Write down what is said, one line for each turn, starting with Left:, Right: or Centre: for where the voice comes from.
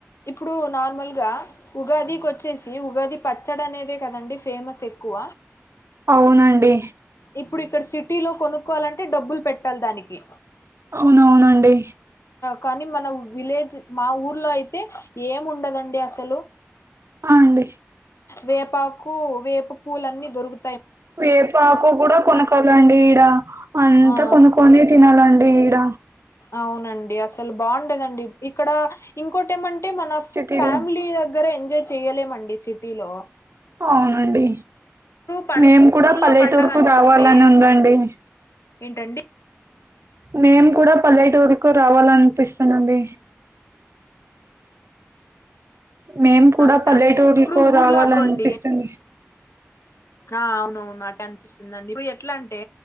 Left: ఇప్పుడూ నార్మల్గా, ఉగాదీ కొచ్చేసి ఉగాది పచ్చడనేదే కదండి ఫేమస్ ఎక్కువ
Right: అవునండి
Left: ఇప్పుడిక్కడ సిటీ లో కొనుక్కోవాలంటే డబ్బులు పెట్టాల్దానికి
Right: అవునవునండి
Left: కానీ మన విలేజ్ మా ఊర్లో అయి తే ఏం ఉండదండి అసలు
Right: అవునండి
Left: వేపాకు వేప పూలన్నీ దొరుకు
Right: వేపాకు కూడ కొనుక్కొలండి ఈడ అంత
Left: ఆ
Right: కొనుక్కొనే తినాలండి ఈడ
Left: అవునండి అసలు బావుంటదండి ఇక్కడ ఇంకోటెమన్ టే మనఫ్
Right: సిటీలో
Left: ఫ్యామిలీ గ్గర ఎంజాయ్ చేయలేమండి సిటీ లో
Right: అవునండి
Left: పం
Right: మేము కూడా
Left: ఊర్లో
Right: పల్లెటూరుకు
Left: పండగ అనుకోండి
Right: రావాలని ఉందండి
Left: ఏంటండి
Right: మేమ్ కూడా పల్లటఊర్ రావాలనిపిస్తనండి మేము కూడా
Left: అవునా
Right: పల్లెటూరుకు
Left: ఇప్పుడు ఊర్లో
Right: రావాలనిపిస్తుంది
Left: అనుకోండి ఆ అవునవునట స్తుందండి ఎట్లంటే